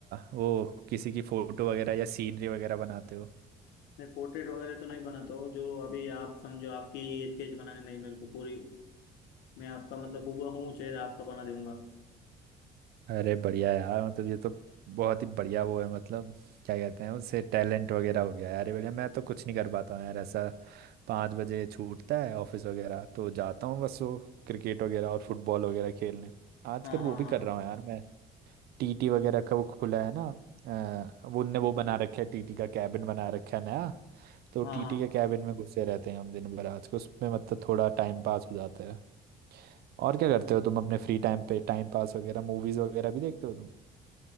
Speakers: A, on the right; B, on the left.
A: वो किसी की फोटो वगैरह या सीनरी वगैरह बनाते हो
B: नहीं पोर्ट्रेट वगैरह तो नहीं बनाता हूँ जो अभी आप समझो आपकी स्केच बनाने नहीं मेरे को पूरी मैं आपका मतलब हूबहू चेहरा आपका बना दूंगा
A: अरे बढ़िया यार मतलब ये तो बहुत ही बढ़िया वो है मतलब क्या कहते हैं उससे टैलेंट वगैरह हो गया यार ये बढ़िया मैं तो कुछ नहीं कर पाता हूँ यार ऐसा पाँच बजे छूटता है ऑफिस वगैरह तो जाता हूँ बस वो क्रिकेट वगैरह और फुटबॉल वगैरह खेलने आजकल
B: हाँ
A: वो
B: हाँ
A: भी
B: हाँ
A: कर रहा हूँ यार मैं टीटी वगैरह का वो खुला है ना अ, वो उनने वो बना रखा है टीटी का कैबिन बना रखा है नया तो
B: हाँ
A: टीटी
B: हाँ
A: के कैबिन में घुसे रहते हैं हम दिन भर आज को उसमें मतलब थोड़ा टाइम पास हो जाता है और क्या करते हो तुम अपने फ्री टाइम पे टाइम पास वगैरह मूवीज वगैरह भी देखते हो तुम